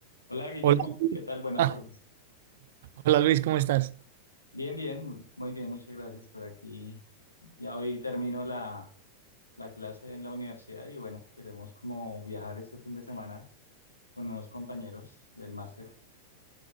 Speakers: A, on the left; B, on the right.
A: Hola Guillermo,
B: Hola,
A: ¿qué tal? Buenas
B: Ah,
A: tardes.
B: hola Luis, ¿cómo estás?
A: Bien, bien, muy bien, muchas gracias por aquí. Ya hoy termino la, la clase en la universidad y bueno, queremos como viajar este fin de semana con unos compañeros del máster.